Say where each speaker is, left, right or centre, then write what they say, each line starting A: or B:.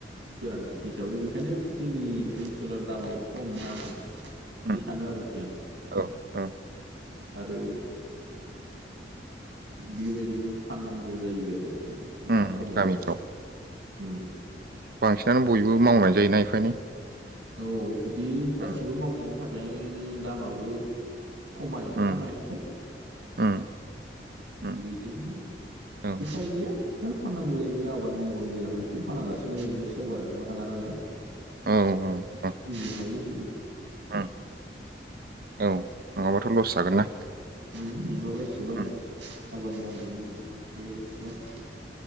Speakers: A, on the right (about 90°); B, on the right (about 55°).
A: गोरान खेथि हिसाबै बेखायनो जोंनि ओनसोलाव दामाबो खम नामा बिदि
B: उम
A: सानो आरोखि
B: उम
A: आं।
B: औ औ
A: आरो बेबायदिनो फाननांगौ जायो आरोखि एफा
B: उम
A: खमा
B: गामिफ्राव
A: बो उम
B: बांसिनानो बयबो मावनाय जायोना एफा एनै
A: औ बिदि गाससिबो
B: उम
A: मावनायनि थाखायनो दामाबो खमायो
B: उम
A: ना मायोथाय
B: उम उम
A: बिदिनो
B: औ
A: उफाय गैया दा फाननांगौ जायो बे आबाद मावबाय जेला बेखौ फानालासिनो ओरैनो सेवगारानोबो हाला नालाय
B: औ औ
A: बुंनो हायोब
B: उम औ नङाबाथ' लस जागोन ना
A: उम नङाबा एसेबां
B: उम
A: आबाद मावनायनि बे माखासे